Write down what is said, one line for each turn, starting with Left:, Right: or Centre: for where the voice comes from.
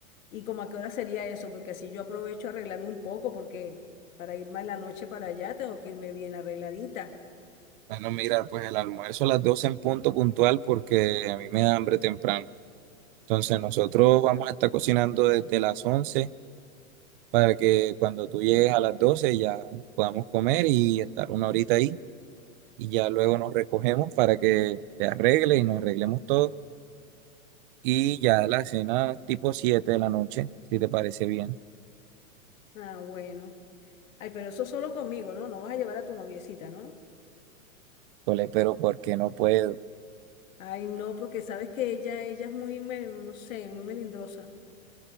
Left: ¿Y como a qué hora sería eso? Porque así yo aprovecho a arreglarme un poco, porque para irme en la noche para allá tengo que irme bien arregladita.
Right: Bueno, mira, pues el almuerzo a las 12 en punto puntual porque a mí me da hambre temprano. Entonces nosotros vamos a estar cocinando desde las 11. para que cuando tú llegues a las 12 ya podamos comer y estar una horita ahí y ya luego nos recogemos para que te arregle y nos arreglemos todo y ya la cena tipo 7 de la noche, si te parece bien.
Left: Ah, bueno. Ay, pero eso solo conmigo, ¿no? No vas a llevar a tu noviecita, ¿no?
Right: Cole, pero porque no puedo,
Left: Ay, no, porque sabes que ella, ella es muy, me- no sé, muy melindrosa.